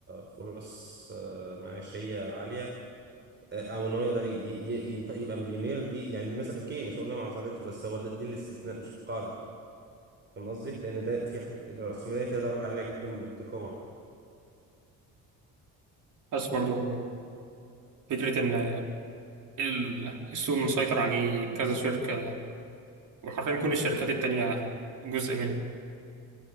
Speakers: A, on the right; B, on the right.
A: فرص آه، معيشية عالية آه، او ان هو يقدر ي- ي- ينط- يبقى مليونير دي يعني دي مثلا اوكي مش قلنا ما حصلتش بس هو ده- دي الاستثناء مش القاعده فاهم قصدي؟ لان ده في ح- الرأسمالية فيها درجه عاليه جدا من الاحتكار
B: بس برضو فكرة إن ال- السوق مسيطر عليه كذا شركة وحرفيا كل الشركات التانية جزء منه